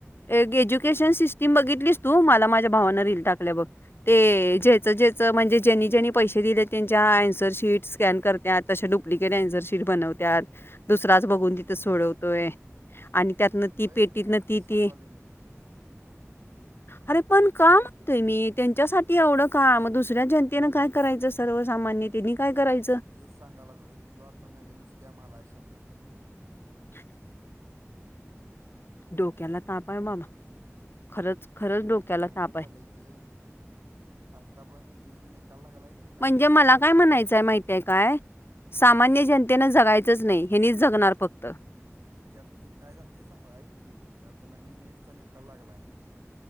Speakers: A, on the left; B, on the right.
A: एज्युकेशन सिस्टीम बघितलीस तू मला माझ्या भावाना रईल टाकल्या बघ ते जेच जेचं म्हणजे ज्यांनी ज्यांनी पैसे दिले त्यांच्या अनसर शीट स्कॅन करत त आपिकट अन्सर शीट बनवत दुसराच बघून तिथं सोडवतोय आणि त्यातन
B: होयच
A: ती पेटीतन
B: किंवा तेच
A: ती
B: सांगाले
A: ती
B: मी
A: अरे पण का म्हते मी त्यांच्यासाठी एवढं काम दुसऱ्या जनतेनं काय काय करायचं सर्वसामान्य त्यांनी काय करायचं
B: तेच सांगाय लागले तो आता नवीनच कॅम आला आहे समोर
A: <unintelligible> डोक्याला ताप आहे बाबा खरंच खरंच
B: नव
A: डोक्याला
B: नवीनच
A: ताप आहे
B: आलेय ते आत्ता पण हु जी नकाला लागलाय की नाही नवीन
A: म्हणजे मला
B: नीटचा
A: काय म्हणायचं माहि काय सामान्य जनतेन जगायचंच नाही हे जगणार फक्त
B: त्यात त काय जाते सांगू ऐकी, ते आता नवीन नीटचा निकाल लागलाय.